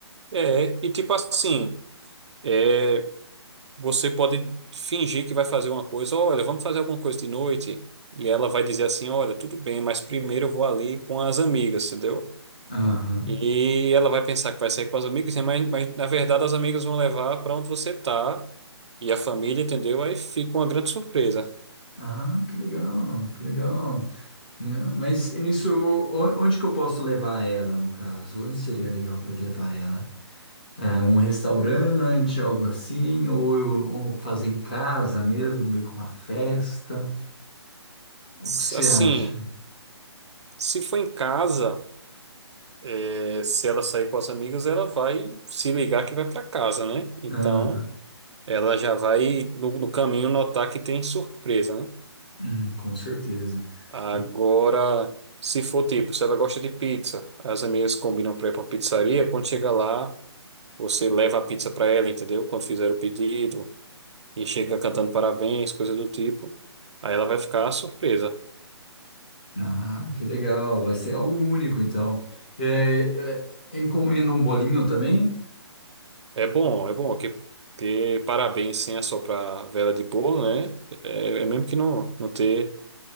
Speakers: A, on the right; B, on the left.
A: É, e tipo assim. é, Você pode fingir que vai fazer uma coisa, olha, vamos fazer alguma coisa de noite. E ela vai dizer assim, olha, tudo bem, mas primeiro eu vou ali com as amigas, entendeu?
B: Aham.
A: E ela vai pensar que vai sair com as amigas, né? mas, mas na verdade as amigas vão levar para onde você tá e a família, entendeu? Aí fica uma grande surpresa.
B: Ah, que legal, que legal. Né? Mas nisso, o- onde que eu posso levar ela, no caso? Onde seria legal para levar ela? É, um restaurante, algo assim, ou, eu- ou fazer em casa mesmo, meio que uma festa? O
A: S-
B: que você
A: Assim,
B: acha?
A: se for em casa, eh, se ela sair com as amigas, ela vai se ligar que vai para casa, né? Então,
B: Aham.
A: ela já vai no, no caminho notar que tem surpresa, né?
B: Hum, com certeza.
A: Agora,
B: Tá-
A: se for tipo, se ela gosta de pizza, as amigas combinam para ir para uma pizzaria, quando chega lá, você leva a pizza para ela, entendeu? Quando fizer o pedido e chega cantando parabéns, coisa do tipo. Aí ela vai ficar surpresa.
B: Ah, que legal. Vai ser algo único, então. É, é, encomenda um bolinho também?
A: É bom, é bom que, que parabéns sem assoprar vela de bolo, né? É, é mesmo que não não ter